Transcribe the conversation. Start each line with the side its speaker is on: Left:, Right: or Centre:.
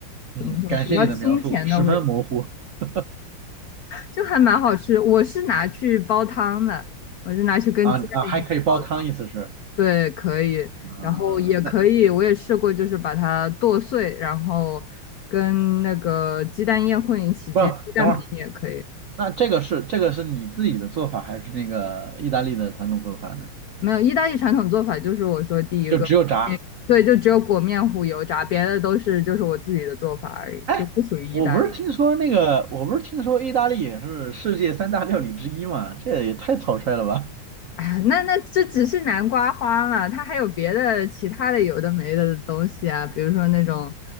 Right: 嗯，
Left: 怎么说，
Right: 感谢你的描述，
Left: 比较清甜的味道，
Right: 十分模糊。<laughs>
Left: 就还蛮好吃。我是拿去煲汤的，我是拿去跟鸡蛋一起煲汤。
Right: 啊啊，还可以煲汤，意思是，
Left: 对，可以，
Right: 啊、
Left: 然后也可以，
Right: 那
Left: 我也试过，就是把它剁碎，然后跟那个鸡蛋液混一起煎，
Right: 不，
Left: 鸡蛋饼也可以。
Right: 等会儿，那这个是这个是你自己的做法，还是那个意大利的传统做法呢？
Left: 没有，意大利传统做法就是我说第一个，
Right: 就只有炸。
Left: 对，就只有裹面糊油炸，别的都是就是我自己的做法而已，
Right: 哎，
Left: 就不属于意大利。
Right: 我不是听说那个，我不是听说意大利也是世界三大料理之一吗？这也太草率了吧！
Left: 哎呀那那这只是南瓜花嘛，它还有别的其他的有的没的东西啊，比如说那种